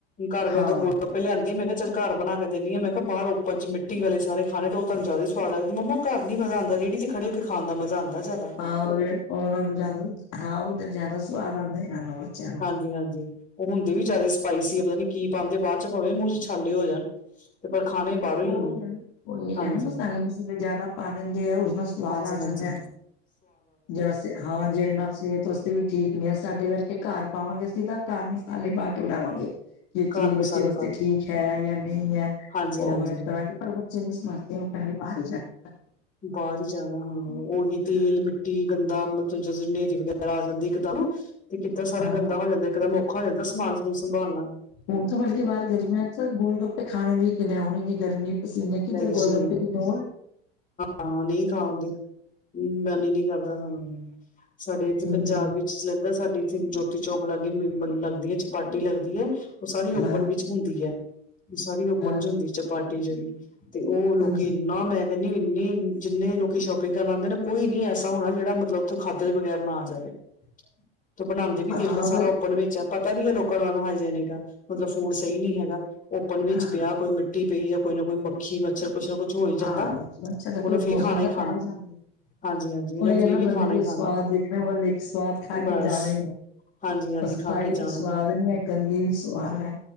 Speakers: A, on the left (about 25°); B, on the left (about 55°).
A: ਘਰ ਵਾਲੇ
B: ਹਾਂ
A: ਗੋਲ-ਗ ਮੈ ਲਿਆਂਂਦੀ ਮੈਂ ਕਿਹਾ ਚੱਲ ਘਰ ਬਣਾ ਕੇ ਦਿੰਦੀ ਹਾਂ ਮੈਂ ਕਿਹਾ ਬਾਹਰ ਓਪਨ ਚ ਮਿੱਟੀ ਵਾਲੇ ਸਾਰੇ ਖਾਣੇ ਤੇ ਉਹ ਓਹ ਤੁਹਾਨੂੰ ਜ਼ਿਆਦੇ ਘਰ ਆਕੇ, ਮਮਾ ਘਰ ਨਹੀਂ ਮਜ਼ਾ ਆਉਂਦਾ ਰੇਡੀ ਤੇ ਖੜੇ ਹੋਕੇ ਖਾਣ ਦਾ ਮਜ਼ਾ ਆਉਂਦਾ ਜਿ
B: ਹਾਂ, ਉਹ ਉਹਨਾਂ ਨੂੰ ਜ਼ਿਆਦਾ ਹਾਂ ਉੱਧਰ ਜ਼ਿਆਦਾ ਸਵਾਦ ਆਉਦਾ ਇਹਨਾਂ ਨੂੰ, ਬੱਚਿਆਂ ਨੂੰ।
A: ਹਾਂ-ਹਾਂਜੀ, ਉਹ ਹੁੰਦੇ ਵੀ ਜ਼ਿਆਦਾ ਸਪਾਈਸੀ ਆ ਪਤਾ ਨੀ ਕੀ ਪਾਉਂਦੇ ਬਾਅਦ ਚ ਭਵੇ ਮੂੰਹ ਚ ਛਾਲੇ ਹੋ ਜਾਣ। ਤੇ ਪਰ ਖਾਣੇ ਬਾਹਰੋਂ
B: ਤਾਹੀ
A: ਹੀ ਨੇ
B: ਹੈਨਾ, ਉਹੀ
A: ਹਾਂਜੀ,
B: ਹੈਨਾ ਮਸਾਲੇ-ਮਸੂਲੇ ਜਿਆਦਾ ਪਾ ਦਿੰਦੇ ਆ ਉਸ ਨਾਲ ਸਵਾਦ
A: ਹਾਂਜੀ-ਹਾਂਜੀ।
B: ਆ ਜਾਂਦਾ ਹੈ। ਜਿਹੜਾ ਹਾਂ ਜਿਹੜੇ ਨਾਲ ਸੀ ਏਵੀ ਠੀਕ ਨੀ ਏ, ਸਾਡੇ ਵਰਗੇ ਘਰ ਪਾਵਾਂਗੇ ਅਸੀਂ ਤਾਂ ਘਰ ਮਸਾਲੇ ਪਾ ਕੇ ਬਣਾਵਾਂਗੇ। ਕਿ ਇਹ ਚੀਜ਼
A: ਘਰ ਮਸਾਲੇ
B: ਬੱਚੇ ਵਾਸਤੇ
A: ਪਾ ਕੇ
B: ਠੀਕ ਹੈ ਜਾਂ ਨਹੀਂ ਹੈ
A: ਹਾਂਜੀ,
B: ਉਹ
A: ਹਾਂਜੀ।
B: ਅਵੋਇਡ ਕਰਾਂਗੇ ਪਰ ਬੱਚੇ ਨੂੰ ਸਮਝਦੇ ਓ। ਸਾਰੇ ਬਾਹਰ ਹੀ ਜਾਕੇ
A: ਬਾਹਰ ਹੀ ਜਾਣਾ ਹਾਂ, ਉਹੀ
B: ਹਾਂ।
A: ਤੇਲ, ਮਿੱਟੀ, ਗੰਦਾ ਮਤਲਬ ਜ ਹਨੇਰੀ ਆ ਜਾਂਦੀ ਇਕਦਮ ਤੇ ਕਿੱਦਾਂ ਸਾਰਾ ਗੰਦਾ
B: ਹਾਂ
A: ਹੋ ਜਾਂਦਾ ਇਕਦਮ ਔਖਾ ਹੋ ਜਾਂਦਾ ਸਮਾਨ-ਸਮੂਨ ਸੰਭਾਲਨਾ।
B: ਹੁਣ ਤਾਂ ਬਲਕਿ ਬਾਹਰ ਗਰਮੀਆਂ ਚ ਗੋਲ-ਗੱਪੇ ਖਾਣੇ ਵੀ ਕਿਨੇ ਹੁਣ ਇਨੀ ਗਰਮੀ ਪਸੀਂਨੇ ਕਿੱਧਰ
A: ਨਹੀਂ
B: ਗੋਲ-ਗੱਪੇ
A: ਜੀ ਨਹੀਂ
B: ਕਿਨੇ
A: ਹਾਂ, ਨਹੀਂ ਖਾਦੇ ਮਨ ਹੀ ਨੀ ਕਰਦਾ ਖਾਣ ਨੂੰ। ਸਾਡੇ ਇੱਥੇ
B: ਹੂੰ
A: ਪੰਜਾਬ ਵਿੱਚ ਜਲੰਧਰ ਸਾਡੇ ਇੱਥੇ ਜੋਤੀ ਚੌਕ ਲਾਗੇ ਮਬ ਲੱਗਦੀ ਹੈ ਚੋਪਾਟੀ ਲੱਗਦੀ ਏ। ਉਹ ਸਾਰੀ
B: ਹਾਂ
A: ਓਪਨ ਵਿੱਚ ਹੁੰਦੀ ਹੈ ਉਹ ਸਾਰੀ ਓਪਨ
B: ਹਾਂ
A: ਚ ਹੁੰਦੀ ਚਪਾਟੀ ਜਿਹੜੀ। ਤੇ ਉਹ ਲੋਕੀ
B: ਹਾਂਜੀ
A: ਇੰਨਾ ਮੈਂ ਇੰਨੀ-ਇੰਨੀ ਜਿੰਨੇ ਲੋਕੀ ਸ਼ੋਪਿੰਗ ਕਰਨ ਆਂਦੇ ਨਾ ਕੋਈ ਨੀ ਐਸਾ ਹੋਣਾ ਜਿਹੜਾ ਮਤਲਬ ਉੱਥੋਂ ਖਾਦੇ ਬਗੈਰ ਨਾ ਆ ਜਾਵੇ।
B: <inaudible>
A: ਤੇ ਬਣਾਉਂਦੇ ਵੀ ਦੇਖਲੋ
B: ਹਾਂ
A: ਸਾਰਾ
B: ਬ
A: ਓਪਨ ਵਿੱਚ ਆ। ਪਤਾ ਵੀ ਹੈ ਲੋਕਾਂ ਨੂੰ ਅਨਹਾਈਜੈਨਿਕ ਆ ਮਤਲਬ ਫੂਡ ਸਹੀ ਨੀ ਹੈਗਾ ਓਪਨ ਵਿੱਚ
B: ਹਾਂ
A: ਪਿਆ ਕੋਈ ਮਿਟ ਟੀ ਪਈ ਜਾਂ ਕੋਈ ਨਾ ਕੋਈ ਮੱਖੀ, ਮੱਛਰ ਕੁਛ ਨਾ ਕੁਛ ਹੋ ਹੀ ਜਾਂਦਾ
B: ਆ ਮਛਰ ਦੇਖੋ
A: ਉਹਨੇ
B: ਇਸ
A: ਫੇਰ
B: ਮੌਸਮ
A: ਖਾਣਾ
B: ਤਾਂ
A: ਹੀ ਖਾਣਾ
B: ਪੈਹੀ ਜਾਂਦੇ
A: ਹਾਂਜੀ ਹਾਂਜੀ ਉਹਨੇ
B: ਉਹੀ ਹੈ
A: ਫੇਰ
B: ਨਾ
A: ਵੀ ਖਾਣਾ
B: ਬੰਦੇ ਕੇ
A: ਹੀ ਖਾਣਾ
B: ਸਵਾਦ ਦੇਖਣਾ ਬਲਕੇ ਸਵਾਦ ਖਾ ਕੇ
A: ਬਸ
B: ਜਾਣਾ ਹੀ ਹੈ।
A: ਹਾਂਜੀ ਹਾਂਜੀ
B: ਸਫ਼ਾਈ
A: ਖਾ ਕੇ ਜਾਣਾ
B: ਵਿੱਚ ਸਵਾਦ
A: ਹੀ
B: ਨੀ ਹੈ ਗੰਦਗੀ ਵੀ ਸਵਾਦ ਹੈ।